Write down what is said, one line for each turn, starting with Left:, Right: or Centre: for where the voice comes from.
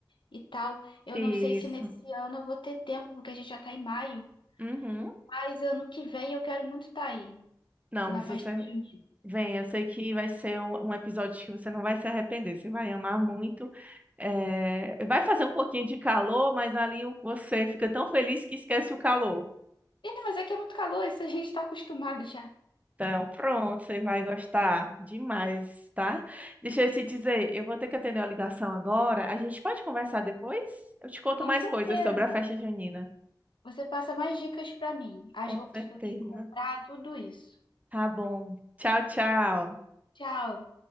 Left: e tal. Eu
Right: Isso.
Left: não sei se nesse ano eu vou ter tempo, porque a gente já tá em maio,
Right: Uhum.
Left: mas ano que vem eu quero muito estar aí
Right: Não,
Left: na
Right: mas
Left: festa
Right: você
Left: junina.
Right: Vem, eu sei que vai ser um, um episódio que você não vai se arrepender, você vai amar muito. É, vai fazer um pouquinho de calor, mas ali o- você fica tão feliz que esquece o calor.
Left: Ih, mas aqui é muito calor, isso a gente está acostumado já.
Right: Então, pronto, você vai gostar demais, tá? Deixa eu te dizer, eu vou ter que atender a ligação agora. A gente pode conversar depois? Eu te conto
Left: Com
Right: mais
Left: certeza.
Right: coisas sobre a festa junina.
Left: Você passa mais dicas pra mim, as
Right: Com
Left: roupas
Right: certeza.
Left: que eu tenho que comprar, tudo isso.
Right: Tá bom. Tchau, tchau.
Left: Tchau.